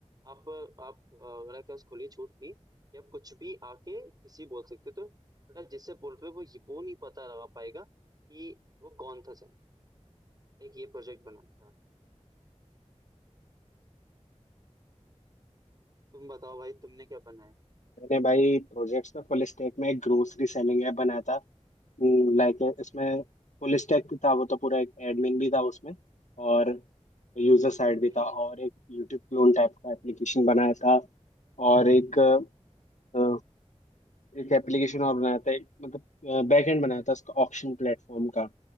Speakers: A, on the right; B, on the left.
A: आप आप अगर क्या उस खुली छूट थी कि आप कुछ भी आके किसी बोल सकते हो। तो बेटा जिससे बोल रहे हो, वो ये- वो नहीं पता लगा पाएगा कि वो कौन था जना एक ये प्रोजेक्ट बनाया था तुम बताओ भाई तुमने क्या बनाया
B: मैंने भाई प्रोजेक्ट्स में फुल स्टैक में एक ग्रोसरी सेलिंग ऐप बनाया था लाइक इसमें फुल स्टैक था वो तो पूरा एक एडमिन भी था उसमें और यूजर साइड
A: हम्म
B: भी
A: हम्म
B: था और
A: हम्म।
B: एक यूट्यूब क्लोन टाइप का एप्लीकेशन बनाया था और एक अ, एक एप्लीकेशन और बनाया था एक, मतलब बैक एंड बनाया था उसका ऑक्शन प्लेटफॉर्म का